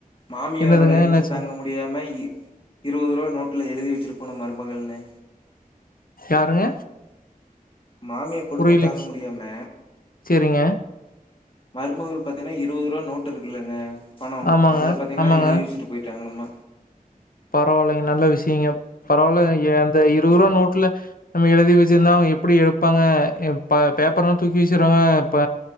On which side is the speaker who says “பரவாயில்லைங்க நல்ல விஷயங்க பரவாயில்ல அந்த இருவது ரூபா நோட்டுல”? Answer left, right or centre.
Left